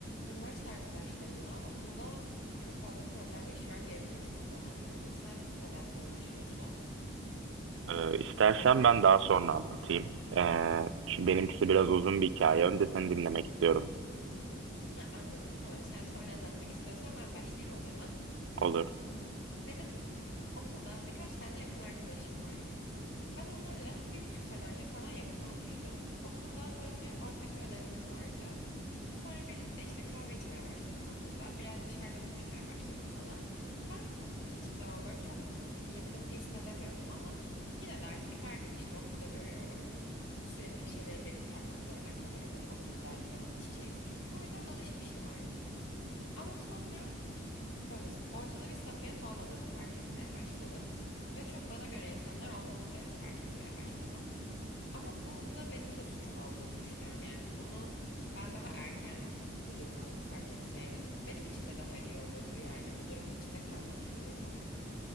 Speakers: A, on the left (about 70°); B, on the right (about 70°).
A: üniversite arkadaşlarımla okulda çok fazla problem yaşıyorum diyebilirim son zamanlarda. Sen neden sorun yaşıyorsun?
B: Ee, istersen ben daha sonra anlatayım. Ee, çünkü benimkisi biraz uzun bir hikaye. Önce seni dinlemek istiyorum.
A: Ha, anladım. Tamam. Sen sonra anlatmak istiyorsan ben başlayayım o zaman.
B: Olur.
A: Benim okulda birkaç tane yakın arkadaşım var. Ben onlarla bir buçuk sene önce falan yakın olmuştum. Okulda önce ortak bir ödevimiz vardı. Sonra birlikte işte kahve içmeye başladık okulda. Biraz dışarıda buluşmaya başladık falan. Ben hiçbir zaman böyle çok yakın hissedemiyordum ama yine de artık her gün işte okulda görüyorum. Sürekli bir şeyleri birlikte yapmak zorunda kalıyoruz. Okulda hep içeceğiz çünkü. O yüzden alışmıştım artık. Ama sonra Böyle ortada bir samimiyet olmadığını fark etmeye başladım. Ve çok bana göre insanlar olmadıklarını fark etmeye başladım. Ama bunda benim de suçum olduğunu düşünüyorum. Yani bunu ben daha erken bu durumu fark etseydim benim için de daha iyi olurdu. Yani bu durumun içinde kalmamış olurdum.